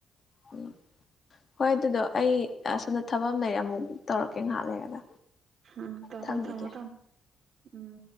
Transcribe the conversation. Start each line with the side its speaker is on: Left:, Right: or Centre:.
Left: ꯎꯝ ꯍꯣꯏ ꯑꯗꯨꯗꯣ ꯑꯩ ꯑꯁ ꯊꯕꯛ ꯑꯃ ꯂꯩꯔꯦ ꯑꯃꯨꯛ ꯇꯧꯔꯛꯀꯦ ꯉꯥꯏꯍꯥꯛ ꯂꯩꯔꯒ
Right: ꯎꯝ ꯇꯧꯔꯣ
Left: ꯊꯝꯈꯤꯒꯦ
Right: ꯇꯧꯔꯣ ꯊꯃꯣ ꯊꯃꯣ ꯎꯝ